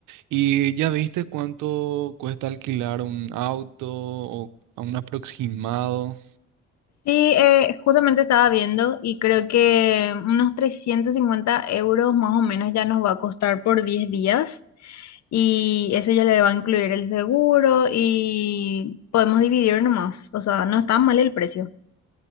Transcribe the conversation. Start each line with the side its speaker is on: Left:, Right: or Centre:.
Right: ¿Y ya viste cuánto cuesta alquilar un auto o a un aproximado?
Left: Sí, eh, justamente estaba viendo y creo que unos 350 euros más o menos ya nos va a costar por 10 días y eso ya le va a incluir el seguro y podemos dividir nomás, o sea, no está mal el precio.